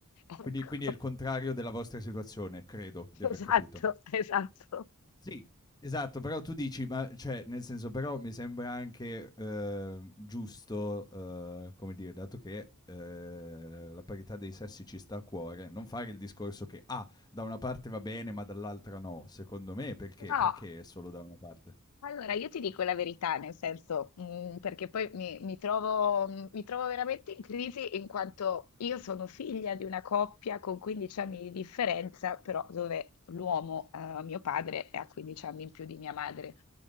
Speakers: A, on the left (about 85°); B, on the left (about 20°).
A: Ecco,
B: Quindi quindi è il contrario della vostra situazione, credo di aver
A: esatto,
B: capito.
A: esatto.
B: Sì, esatto, però tu dici, ma cioè, nel senso, però mi sembra anche, ehm, giusto, ehm, come dire, dato che, ehm, la parità dei sessi ci sta a cuore, non fare il discorso che, ah, da una parte va bene, ma dall'altra no. Secondo me, perché
A: No,
B: perché è solo da una parte?
A: Allora, io ti dico la verità, nel senso, mm, perché poi mi, mi trovo, mm, mi trovo veramente in crisi in quanto io sono figlia di una coppia con 15 anni di differenza, però dove l'uomo, eh, mio padre, ha 15 anni in più di mia madre.